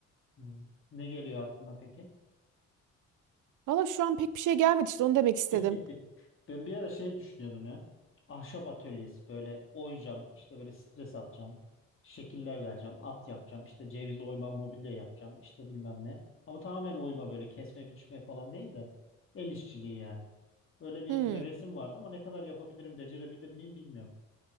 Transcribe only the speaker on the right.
Valla şu an pek bir şey gelmedi işte onu demek istedim.
Hmm,